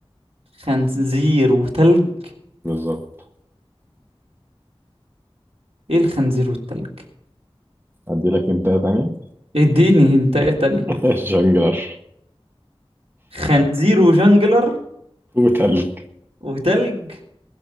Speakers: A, on the right (about 80°); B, on the right (about 20°).
A: خنزير وتلج
B: بالظبط
A: ايه الخنزير والتلج
B: ادي لك هنتايه تانية
A: اديني انت تانية
B: <laughs> جونجلر
A: خنزير وجنجلر
B: وتلج
A: وتلج